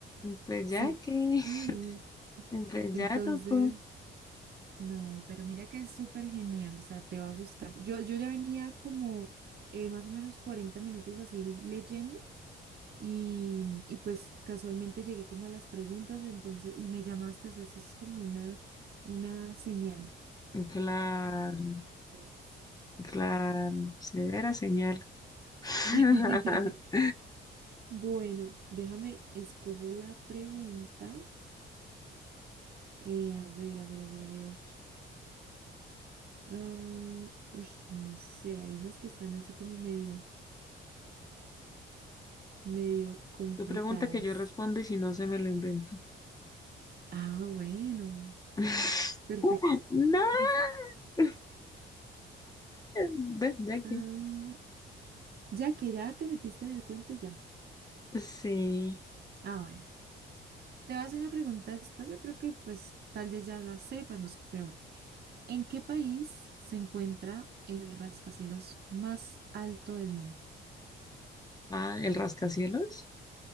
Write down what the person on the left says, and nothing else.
pues
ya que,
<laughs> pues
ya tocó.
Claro,
claro, severa señal. <laughs>
Tu pregunta que yo respondo y si no se me lo invento.
<laughs>
No,
no, ve, ya
que.
Sí.
Ah, el rascacielos.